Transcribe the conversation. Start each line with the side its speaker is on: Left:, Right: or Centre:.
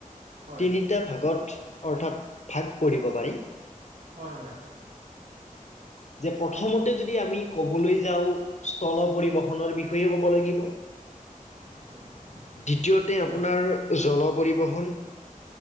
Right: হয়
Left: তিনিটা ভাগত অৰ্থাৎ ভাগ কৰিব পাৰি।
Right: হয়, হয়।
Left: যে প্ৰথমতে যদি আমি কবলৈ যাওঁ স্থল পৰিবহনৰ বিষয়ে ক'ব লাগিব।
Right: <unintelligible>
Left: দ্বিতীয়তে
Right: হয়
Left: আপোনাৰ জল পৰিবহণ